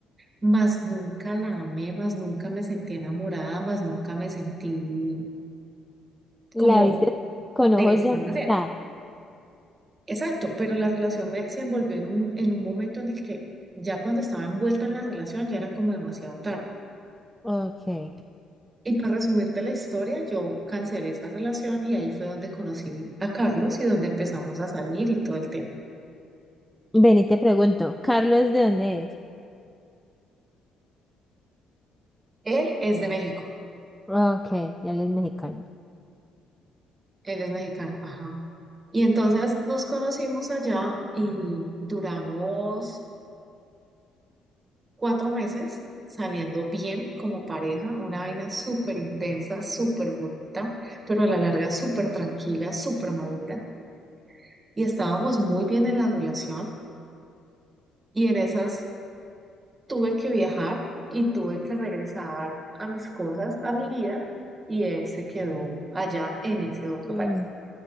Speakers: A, on the right (about 25°); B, in the centre.
A: mas nunca la amé, más nunca me sentí enamorada, más nunca me sentí
B: ¿La
A: como
B: viste con
A: de
B: ojos
A: esta
B: de amistad?
A: manera. Exacto, pero la relación me- se envolvió en un, en un momento en el que ya cuando estaba envuelta en la relación ya era como demasiado tarde.
B: Ok.
A: Y para resumirte la historia, yo cancelé esa relación y ahí fue donde conocí a Carlos y donde empezamos a salir y todo el tema.
B: Ven y te pregunto, ¿Carlos de dónde es?
A: Él es de México,
B: Ok, él es mexicano.
A: él es mexicano, ajá. Y entonces nos conocimos allá y duramos cuatro meses saliendo bien como pareja, una vaina súper intensa, súper bonita, pero a la larga súper tranquila, súper madura. Y estábamos muy bien en la relación y en esas tuve que viajar y tuve que regresar a mis cosas, a mi vida, y él se quedó allá en ese otro
B: Mm.
A: país.